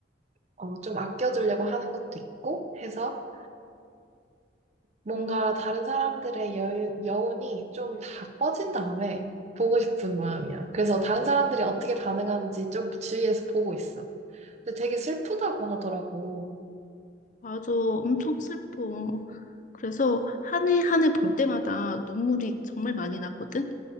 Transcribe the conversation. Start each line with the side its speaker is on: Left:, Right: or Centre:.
Right: 어, 좀 아껴주려고 하는 것도 있고 해서 뭔가
Left: 음,
Right: 다른 사람들의 여유, 여운이 좀 다 꺼진 다음에 보고 싶은 마음이야. 그래서 다른 사람들이 어떻게 반응하는지 좀 주위에서 보고 있어. 근데 되게 슬프다고 하더라고.
Left: 맞아. 엄청 슬퍼. 그래서 한 해 한 해 볼 때마다 눈물이 정말 많이 나거든?